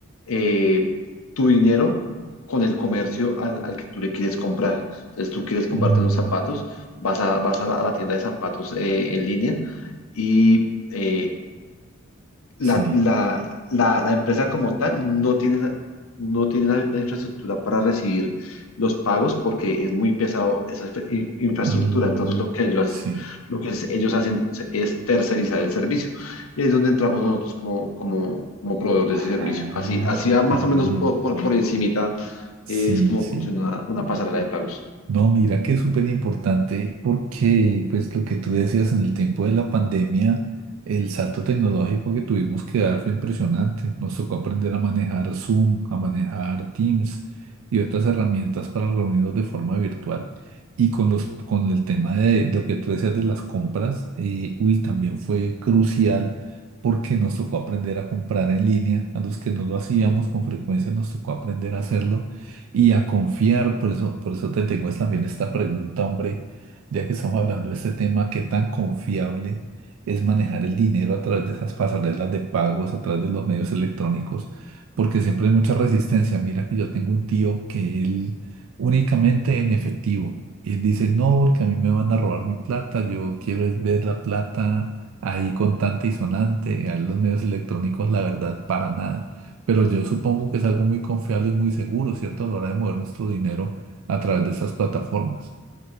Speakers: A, on the left; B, on the right.
A: eh, tu dinero con el comercio al, al que tú le quieres comprar. Entonces tú quieres comprarte
B: Mm.
A: unos zapatos, vas a, vas a la, a la tienda de zapatos eh, en línea y... eh,
B: Sí.
A: la, la, la, la empresa como tal no tiene la, no tiene la, la infraestructura para recibir los pagos porque es muy pesado esa infra- in- infraestructura.
B: Mm,
A: Entonces lo que ellos,
B: sí.
A: lo que es- ellos hacen es, es tercerizar el servicio. Y ahí es donde entramos nosotros como, como, como proveedor de
B: Ah,
A: ese servicio. Así, así va más
B: qué bien.
A: o menos por, por, por encimita,
B: Sí,
A: eh, es como
B: sí.
A: funciona una pasarela de pagos.
B: No, mira que es súper importante porque, pues, lo que tú decías en el tiempo de la pandemia, el salto tecnológico que tuvimos que dar fue impresionante. Nos tocó aprender a manejar Zoom, a manejar Teams y otras herramientas para reunirnos de forma virtual. Y con los, con el tema de, lo que tú decías de las compras, eh, uy, también fue crucial porque nos tocó aprender a comprar en línea. A los que no lo hacíamos con frecuencia nos tocó aprender a hacerlo y a confiar. Por eso, por eso te tengo es también esta pregunta, hombre, ya que estamos hablando de este tema, ¿qué tan confiable es manejar el dinero a través de esas pasarelas de pagos, a través de los medios electrónicos? Porque siempre hay mucha resistencia. Mira que yo tengo un tío que él únicamente en efectivo. Y él dice, no, porque a mí me van a robar mi plata, yo quiero es ver la plata ahí contante y sonante, a los medios electrónicos, la verdad, para nada. Pero yo supongo que es algo muy confiable y muy seguro, ¿cierto? A la hora de mover nuestro dinero a través de estas plataformas.